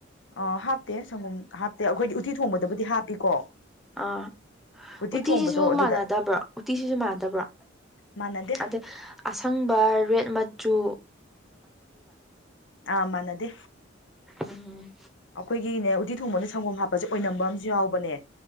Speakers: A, on the left; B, in the centre.
A: ꯑ ꯍꯥꯞꯇꯦ ꯁꯪꯒꯣꯝ ꯍꯥꯞꯇꯦ ꯑꯩꯈꯣꯏꯗꯤ ꯎꯇꯤ ꯊꯣꯡꯕꯗꯕꯨꯗꯤ ꯍꯥꯞꯄꯤꯀꯣ
B: ꯑꯥ
A: ꯎꯇꯤ
B: ꯎꯇꯤꯁꯤꯁꯨ
A: ꯊꯣꯡꯕꯗꯣ ꯑꯗꯨꯗ
B: ꯃꯥꯟꯅꯗꯕ꯭ꯔꯥ ꯎꯇꯤꯁꯤꯁꯨ ꯃꯥꯟꯅꯗꯕ꯭ꯔꯥ
A: ꯃꯥꯟꯅꯗꯦ
B: ꯑꯗꯩ ꯑꯁꯪꯕ ꯔꯦꯠ ꯃꯆꯨ
A: ꯑꯥ ꯃꯥꯟꯅꯗꯦ
B: ꯎꯝ
A: ꯑꯩꯈꯣꯏꯒꯤꯅꯦ ꯎꯗꯤ ꯊꯣꯡꯕꯅ ꯁꯪꯒꯣꯝ ꯍꯥꯞꯄꯁꯦ ꯑꯣꯏꯅꯝꯕ ꯑꯝꯨ ꯌꯥꯎꯕꯅꯦ